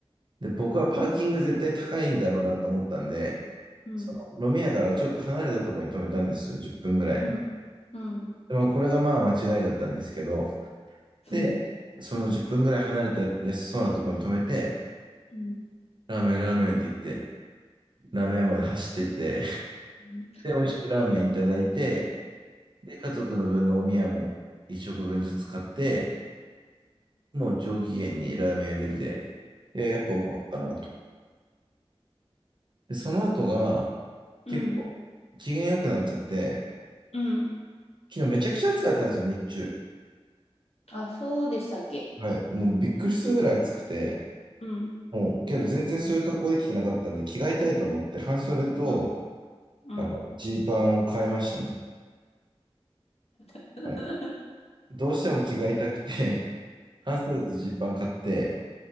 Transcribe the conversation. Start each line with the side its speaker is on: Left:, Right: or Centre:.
Right: で、僕はパーキング絶対高いんだろうなと思ったんで、
Left: うん。
Right: その飲み屋からちょっと離れたところに止めたんですよ、10分ぐらい。
Left: うん。うん。うん。
Right: で、まあ、これがまあ間違いだったんですけど、で、
Left: うん
Right: その10分ぐらい離れた安そうなところに止めて、
Left: うん
Right: ラーメン、ラーメンって言って、ラーメン屋まで走ってって、
Left: うん。
Right: で、美味しくラーメンいただいて、で、家族の分のお宮も1食分ずつ買って、もう上機嫌にラーメン屋出て、いや、やっぱ思ったな。で、その後が、
Left: うん。
Right: 結構、機嫌良くなっちゃって、
Left: うん
Right: 昨日めちゃくちゃ暑かったんですよ、日中。
Left: あ、そうでしたっけ。
Right: はい。もうびっくりするぐらい暑くて、
Left: うん。
Right: もう、けど全然そういう格好できてなかったんで、着替えたいと思って、半袖と、
Left: うん。うん。
Right: あの、ジーパンを買いましたね。
Left: <laughs>
Right: はい。どうしても着替えたくて、<laughs> 半袖とジーパン買って、